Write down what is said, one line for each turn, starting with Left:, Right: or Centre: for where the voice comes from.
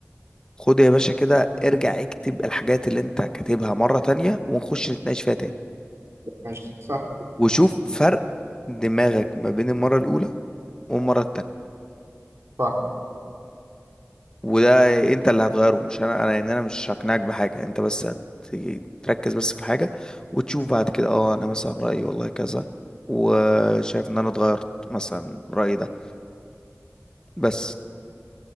Left: خد يا باشا كده ارجع اكتب الحاجات اللي انت كاتبها مرة تانية ونخش نتناقش فيها تاني
Right: ماشي سهل
Left: وشوف فرق دماغك ما بين المرة الأولى والمرة التانية
Right: فاهم
Left: وده انت اللي هتغيره مش انا انا يعني انا مش هقنعك بحاجة انت بس هت- تركز بس في الحاجة وتشوف بعد كده اه انا مثلا رأيي والله كذا وشايف ان انا اتغيرت مثلا رأيي ده بس